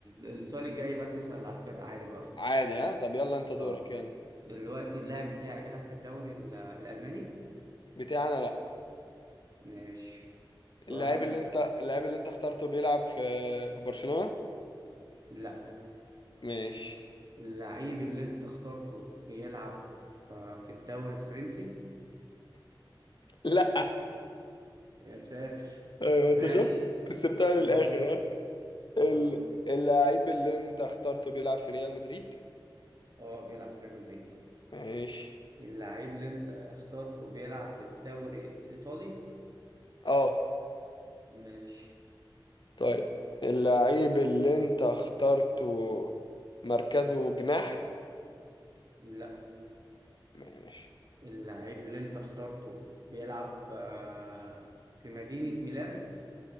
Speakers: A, on the right; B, on the left.
A: السؤال الجاي بقى تسأل على الفرقة عادي براحتك
B: عادي ها طب يلا انت دورك
A: اه
B: يلا
A: دلوقتي اللاعب بتاعي بيلعب في الدوري ال- الألماني
B: بتاعي انا لا
A: ماشي سؤالك
B: اللاعب اللي انت اللاعب اللي انت اخترته بيلعب في في برشلونة
A: لا
B: ماشي
A: اللعيب اللي أنت اخترته بيلعب آه، في الدوري الفرنسي
B: لا
A: يا ساتر
B: ايوه انت
A: ماشي
B: شفت كسبتها
A: دورك
B: للاخر ال...
A: اه
B: اللعيب اللي انت اخترته بيلعب في ريال مدريد
A: اه بيلعب في ريال مدريد
B: ماشي
A: اللعيب اللي أنت اخترته بيلعب في الدوري الإيطالي
B: اه
A: ماشي
B: طيب اللعيب اللي انت اخترته مركزه جناح
A: لا
B: ماشي
A: اللعيب اللي انت اخترته بيلعب آه، في مدينة ميلان